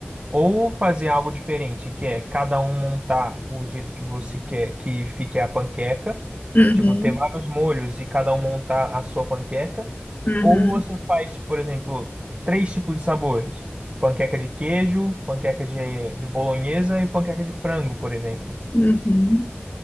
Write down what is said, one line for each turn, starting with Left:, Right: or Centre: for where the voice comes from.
Right: Ou fazer algo diferente, que é cada um montar o jeito que você quer que fique a panqueca,
Left: uhum,
Right: tipo, ter vários molhos e cada um montar a sua panqueca.
Left: uhum,
Right: Ou você faz, tipo, por exemplo, três tipos de sabores: panqueca de queijo, panqueca de, de bolonhesa e panqueca de frango, por exemplo.
Left: uhum.